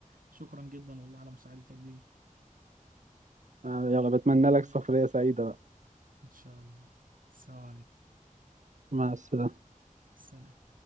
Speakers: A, on the right; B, on the right.
A: شكرا جدا والله على مساعدتك دي
B: آه، يلا بتمنى لك سفرية سعيدة بقى
A: ان شاء الله السلام عليكم
B: مع السلامة
A: سلام